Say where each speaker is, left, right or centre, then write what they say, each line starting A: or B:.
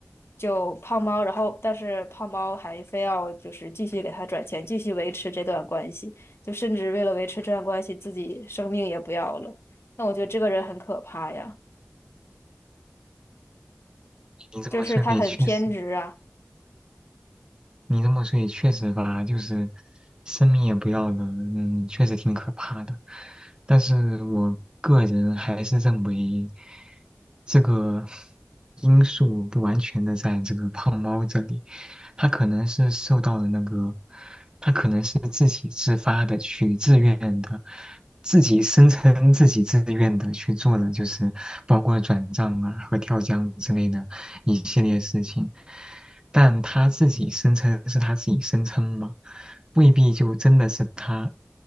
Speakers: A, on the left; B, on the right.
A: 就胖猫，然后但是胖猫还非要就是继续给他转钱，继续维持这段关系。就甚至为了维持这段关系，自己生命也不要了。那我觉得这个人很可怕呀，
B: 你这么说也确实。
A: 就是他很偏执啊。
B: 你这么说也确实吧，就是生命也不要了，嗯，确实挺可怕的。但是我个人还是认为，这个因素不完全的在这个胖猫这里，他可能是受到了那个，他可能是自己自发的去自愿的，自己声称自己自愿的去做的，就是包括转账啊和跳江之类的一系列事情。但他自己声称是他自己声称嘛，未必就真的是他。